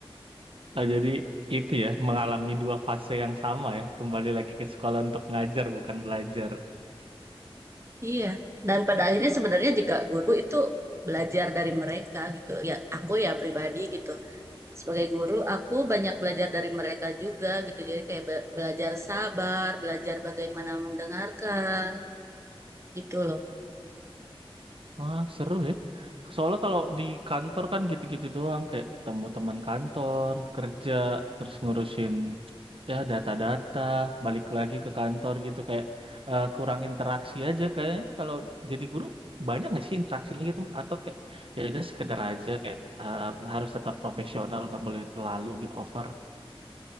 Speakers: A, on the right (about 65°); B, on the right (about 30°).
A: Nah, jadi itu ya mengalami dua fase yang sama ya. Kembali lagi ke sekolah untuk ngajar bukan belajar.
B: Iya, dan pada akhirnya sebenarnya juga guru itu belajar dari mereka gitu ya aku ya pribadi gitu sebagai guru aku banyak belajar dari mereka juga gitu jadi kayak be- belajar sabar belajar bagaimana mendengarkan gitu loh
A: Ah, seru ya. Soalnya kalau di kantor kan gitu-gitu doang, kayak temu teman kantor, kerja, terus ngurusin ya data-data, balik lagi ke kantor gitu kayak eh, kurang interaksi aja kayaknya. Kalau jadi guru banyak nggak sih interaksinya gitu atau kayak ya udah sekedar aja kayak eh, harus tetap profesional, nggak boleh terlalu gitu over.